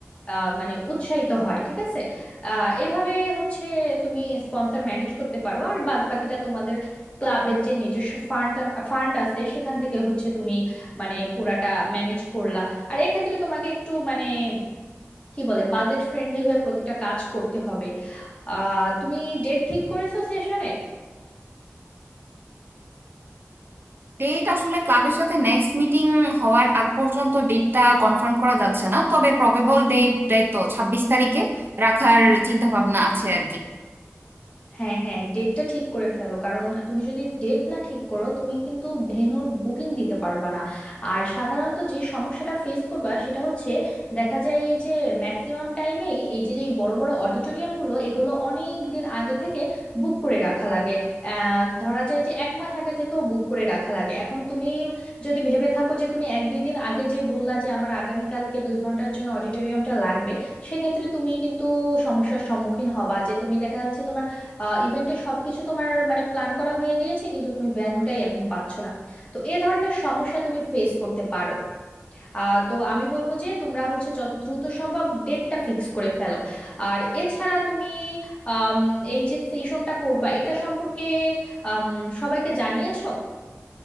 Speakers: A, on the left; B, on the right.
A: আহ, মানে উৎসাহিত হয় ঠিক আছে আহ, এভাবে হচ্ছে তুমি স্পন্সর ম্যানেজ করতে পারো আর বাদ বাকিটা তোমাদের ক্লাবের যে নিজস্ব ফান্ড ফান্ড আছে সেখান থেকে হচ্ছে তুমি মানে পুরাটা ম্যানেজ করলা আর এক্ষেত্রে তোমাকে একটু মানে কি বলে বাজেট ফ্রেন্ডলি হয়ে প্রতিটা কাজ করতে হবে আহ তুমি ডেট ঠিক করেছো সেশনের
B: ডেট আসলে ক্লাবের সাথে নেক্সট মিটিং হওয়ার আগ পর্যন্ত ডেটটা কনফার্ম করা যাচ্ছে না তবে প্রবেবল ডেট ডেট তো ছাব্বিশ তারিখে রাখার চিন্তা ভাবনা আছে আর কি
A: হ্যাঁ হ্যাঁ ডেটটা ঠিক করে ফেলো কারণ তুমি যদি ডেট না ঠিক করো তুমি কিন্তু ভেন্যুর বুকিং দিতে পারবা না আর সাধারণত যে সমস্যাটা ফেস করবা সেটা হচ্ছে দেখা যায় এই যে ম্যাক্সিমাম টাইমেই এই যে যে বড় বড় অডিটোরিয়ামগুলো এগুলো অনেক দিন আগে থেকে বুক করে রাখা লাগে আহ, ধরা যায় যে এক মাস আগে থেকেও বুক করে রাখা লাগে এখন তুমি যদি ভেবে থাকো যে তুমি এক দুই দিন আগে যে বললা যে আমার আগামীকালকে দুই ঘন্টার জন্য অডিটোরিয়ামটা লাগবে সেক্ষেত্রে তুমি কিন্তু সমস্যার সম্মুখীন হবা যে তুমি দেখা যাচ্ছে তোমার ইভেন্টের সবকিছু তোমার মানে প্ল্যান করা হয়ে গিয়েছে কিন্তু তুমি ভেন্যুটাই এখন পাচ্ছ না তো এ ধরনের সমস্যা তুমি ফেস করতে পারো আহ, তো আমি বলবো যে তোমরা হচ্ছে যত দ্রুত সম্ভব ডেটটা ফিক্স করে ফেলো আর এছাড়া তুমি আম, এই যে সেশনটা করবা এটা সম্পর্কে আম, সবাইকে জানিয়েছো